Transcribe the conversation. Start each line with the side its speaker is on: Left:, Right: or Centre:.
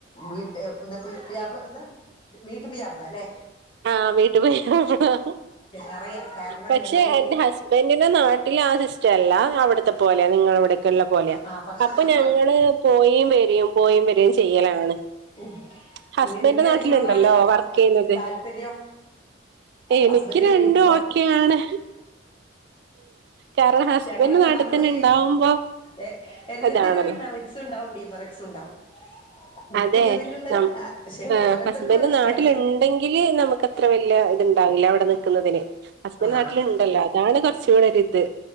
Left: വീട്ട് എന്താ പ് പുയ്യാപ്പളാ എന്താ വീട്ട് പുയ്യാപ്പളാ ല്ലേ?
Right: ആഹ് വീട്ട് പുയ്യാപ്പളാ
Left: അറിയാം കാരണം
Right: പക്ഷെ
Left: ഞങ്ങളെ ഈ
Right: എ ൻ്റെ ഹസ്ബൻറിൻ്റെ നാട്ടില് ആഹ് സിസ്റ്റല്ല അവ്ട് ത്തെ പോലെ നിങ്ങളവിടക്കെല്ല പോകല്
Left: ആ പക്ഷെ
Right: അപ്പ
Left: ഞമ്മള്
Right: ഞങ്ങള് പോയിം വരെയും പോയീം വരെയും ചെയ്യലാണ്.
Left: ഉം
Right: ഹസ്ബൻഡ്
Left: നിനക്ക്
Right: നാട്ടിലുണ്ടല്ലോ
Left: ഏതിനോടാണ്
Right: വർക്ക് ചെയ്യുന്നത്
Left: താല്പര്യം?
Right: എനിക്ക്
Left: ഹസ്ബൻ്റ്
Right: രണ്ടും
Left: വീട്ട് സ്വ
Right: ഓക്കെയാണ് കാരണം ഹസ്ബൻഡ്
Left: ക്ഷെ അങ്ങനെല്ല
Right: നാട്ടിൽ
Left: നമ്മള്
Right: തന്നെ ഉണ്ടാവുമ്പോ
Left: ഏഹ് എല്ലത്തിനും
Right: ഇതാണല്ലോ
Left: ഒരു മെറക്സ് ഉണ്ടാവും ഡീമെറക്സ് ഉണ്ടാവും. വിക്കുന്നതിനുള്ള
Right: അതെ നം
Left: പക്ഷെ
Right: ഏഹ്
Left: ഓരോരുത്തർക്കും
Right: ഹസ്ബൻ്റ്
Left: ഓരോ ഇഷ്ടാണ്
Right: നാട്ടിലു ണ്ടെങ്കില് നമുക്ക് അത്ര വലിയ ഇത്ണ്ടാവില്ല അവിടെ നിക്കുന്നതിന്. ഹസ്ബൻറ്
Left: ആ
Right: നാട്ടിൽ ഉണ്ടല്ലോ. ഇതാണ് കുറച്ചും കൂടെ ഒരിത്.